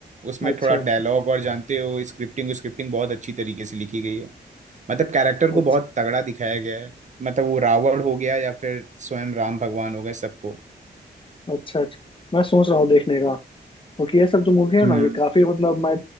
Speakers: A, on the right; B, on the left.
A: उसमें
B: अच्छा
A: थोड़ा डायलॉग
B: अच्छा
A: और जानते हो स्क्रिप्टिंग स्क्रिप्टिंग बहुत अच्छी तरीके से लिखी गई है मतलब कैरेक्टर को
B: अच्छा
A: बहुत तगड़ा दिखाया गया है मतलब वो रावण हो गया या फिर स्वयं राम भगवान हो गए सबको
B: अच्छा अच्छा मैं सोच रहा हूँ देखने का क्योंकि ये सब जो मूवी है
A: हम्म
B: ना ये काफी मतलब मैं